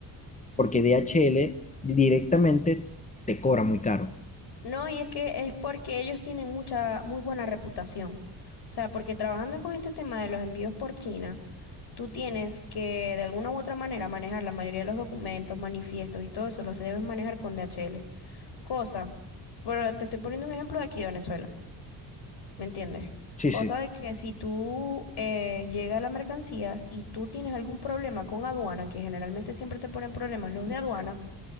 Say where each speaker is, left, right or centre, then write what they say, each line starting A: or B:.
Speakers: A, on the left (about 15°); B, on the left (about 65°).
A: porque D H L directamente te cobra muy caro.
B: No, y es que es porque ellos tienen mucha, muy buena reputación. O sea, porque trabajando con este tema de los envíos por China, tú tienes que de alguna u otra manera manejar la mayoría de los documentos, manifiestos y todo eso, los debes manejar con DHL. Cosa, pero te estoy poniendo un ejemplo de aquí de Venezuela, ¿me entiendes?
A: Sí,
B: Cosa
A: sí,
B: de que si tú eh, llega la mercancía y tú tienes algún problema con aduana, que generalmente siempre te ponen problemas los de aduana,